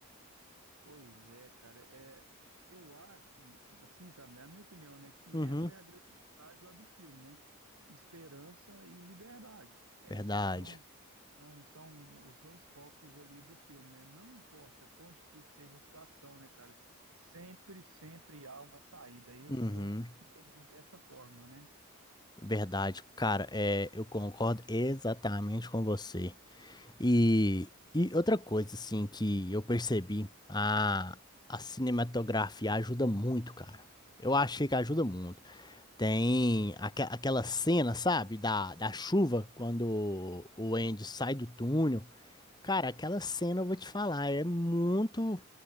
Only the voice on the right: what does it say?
Pois é, cara. É, eu acho, assim, sabe, é a minha opinião, né, que
essa é a grande mensagem lá do filme, né? Esperança e liberdade. Essas
são Então, são os dois focos ali do filme, né? Não importa quão difícil seja a situação, né, cara? Sempre, sempre há uma saída. Eu,
eu entendi dessa forma, né?